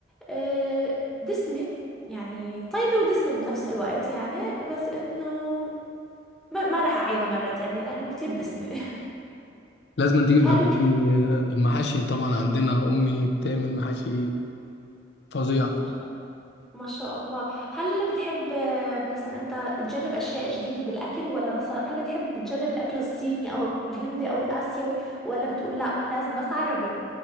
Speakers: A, in the centre; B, on the left.
A: آه، دسمة يعني طيبة ودسمة بنفس الوقت يعني بس انه ما, ما راح اعيدها مرة تانية لانه كتير دسمة <laughs>
B: لازم تيجي
A: هل
B: تجربي المحاشي طبعا عندنا امي بتعمل محاشي فظيع
A: بتحب ما شاء الله هل بتحب آه، مثلا انت تجرب اشياء جديدة بالاكل ولا مثلا هل بتحب تجرب الاكل الصيني او الهندي او الاسيوي ولا بتقول لا لازم بس عربي